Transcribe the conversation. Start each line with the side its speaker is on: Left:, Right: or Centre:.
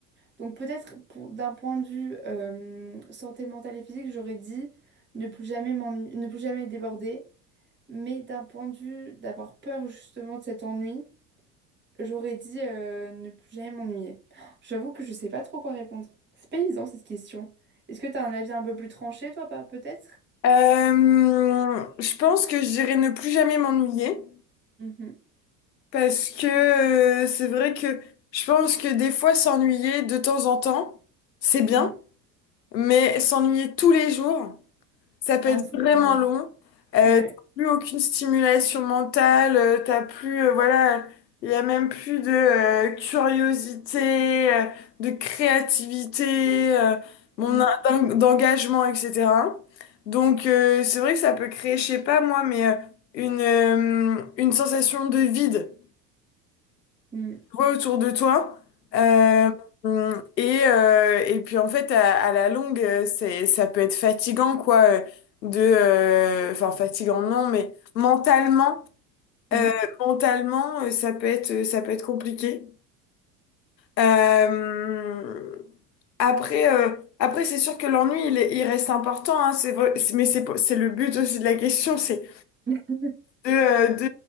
Right: Donc peut-être pour- d'un point de vue euh, santé mentale et physique, j'aurais dit ne plus jamais m'ennu- ne plus jamais déborder, mais d'un point de vue d'avoir peur justement de cet ennui. J'aurais dit euh, ne plus jamais m'ennuyer. J'avoue que je sais pas trop quoi répondre. C'est pas évident cette question. Est-ce que t'as un avis un peu plus tranché, toi, pas peut-être?
Left: Euh, je pense que je dirais ne plus jamais m'ennuyer.
Right: Mhm,
Left: Parce que euh, c'est vrai que je pense que des fois s'ennuyer de temps en temps, c'est bien,
Right: mm.
Left: mais s'ennuyer tous les jours, ça peut
Right: Ah,
Left: être
Right: c'est
Left: vraiment
Right: pénible.
Left: long. Euh,
Right: Ouais.
Left: t'as plus aucune stimulation mentale, euh, t'as plus, euh, voilà, il y a même plus de euh, curiosité, euh, de créativité, euh, mon
Right: Mm,
Left: en- d'en- d'engagement, etc. Donc euh, c'est vrai que ça peut créer, je sais pas moi, mais euh, une, euh, une sensation de vide
Right: mm,
Left: vois autour de toi. Euh, et, euh, et puis en fait, à, à la longue, euh, c'est, ça peut être fatigant, quoi, euh, de, euh, enfin fatigant non, mais mentalement,
Right: mm,
Left: euh, mentalement, euh, ça peut être, euh, ça peut être compliqué. Euh, après, euh, après, c'est sûr que l'ennui, il, est- il reste important, hein, c'est vrai, c'est- mais c'est, pas- c'est le but aussi de la question, c'est
Right: mm,
Left: deux, euh, deux,